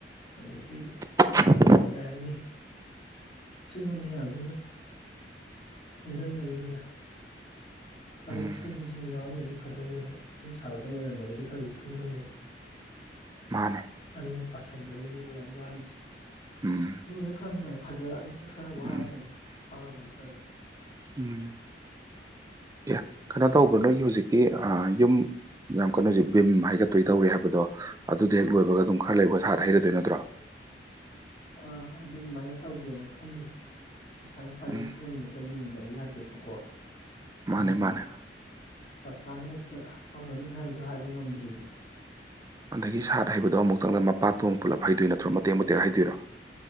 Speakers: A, on the left; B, on the right.
A: ꯑꯗꯒꯤ
B: <unintelligible>
A: ꯀꯩ ꯍꯥꯏꯅꯤ ꯁꯤꯒꯨꯝꯕ ꯃꯌꯥꯝꯁꯤꯅ ꯄꯨꯟꯁꯤꯟꯕꯒꯤꯅꯤꯗ ꯊꯕꯛ
B: ꯎꯝ
A: ꯁꯨꯕꯁꯤꯃ ꯌꯥꯎꯔꯝꯗꯗꯤ ꯐꯗꯧꯅꯦꯕ ꯌꯨꯝ ꯁꯥꯕꯗꯝ ꯑꯣꯏꯔꯝꯂꯒꯗꯤ ꯈꯔꯁꯨ ꯁꯝꯗꯧꯅꯦꯕ
B: ꯃꯥꯅꯦ
A: ꯑꯅꯤꯃꯛ ꯄꯥꯁꯟꯕꯒꯤꯅꯦꯕ ꯌꯥꯝ ꯋꯥꯔꯤꯁꯦ
B: ꯎꯝ
A: ꯂꯣꯏꯔꯀꯥꯟꯗ ꯃꯥꯏ ꯐꯖꯛꯑꯅꯤꯁꯦ ꯈꯔ ꯋꯥꯔꯁꯠꯅꯨ
B: ꯎꯝ
A: ꯈꯥꯡꯉꯒꯦ ꯈꯔꯖꯨ
B: ꯎꯝ ꯑꯦ ꯀꯩꯅꯣ ꯇꯧꯕ꯭ꯔ ꯅꯣꯏꯒꯤ ꯍꯧꯖꯤꯛꯀꯤ ꯑ ꯌꯨꯝ ꯌꯥꯝ ꯀꯩꯅꯣꯁꯦ ꯚꯤꯝ ꯍꯩꯒꯠꯇꯣꯏ ꯇꯧꯔꯤ ꯍꯥꯏꯕꯗꯣ ꯑꯗꯨꯗꯣ ꯍꯦꯛ ꯂꯣꯏꯕꯒ ꯑꯗꯨꯝ ꯈꯔ ꯂꯩꯕ ꯁꯥꯠ ꯍꯩꯔꯗꯣꯏ ꯅꯠꯇ꯭ꯔꯣ
A: ꯑꯥ ꯑꯗꯨꯃꯥꯏꯅ ꯇꯧꯒꯦꯅ ꯈꯜꯂꯤ ꯄꯩꯁꯥ ꯅꯨꯡꯁꯥꯒꯤ
B: ꯎꯝ
A: ꯐꯤꯕꯝꯗꯣ ꯈꯔ ꯌꯦꯡꯗꯕ ꯌꯥꯗꯦꯕꯀꯣ
B: ꯃꯥꯅꯦ
A: ꯑꯗꯨꯗꯅ
B: ꯃꯥꯅꯦ
A: ꯆꯞ ꯆꯥꯅ ꯍꯦꯛꯇ ꯇꯧꯔꯅꯤ ꯍꯥꯏꯕꯁꯨ ꯍꯥꯏꯕ ꯉꯝꯗ꯭ꯔꯤꯕ
B: ꯑꯗꯒꯤ ꯁꯥꯠ ꯍꯩꯕꯗꯣ ꯑꯃꯨꯛꯇꯪꯗ ꯃꯄꯥꯛꯇꯣꯡ ꯄꯨꯂꯞ ꯍꯩꯗꯣꯏ ꯅꯠꯇ꯭ꯔꯣ ꯃꯇꯦꯛ ꯃꯇꯦꯛ ꯍꯩꯗꯣꯏꯔꯣ